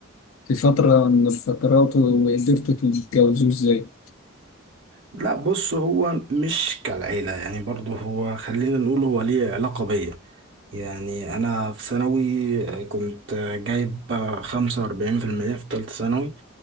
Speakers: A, on the left; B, on the right.
A: في فترة من الفترات وقدرتوا تتجوزوه ازاي؟
B: لا بص هو مش كالعيلة يعني برضه هو خلينا نقول هو ليه علاقة بيا يعني أنا في ثانوي كنت جايب خمسة وأربعين في المية في تالتة ثانوي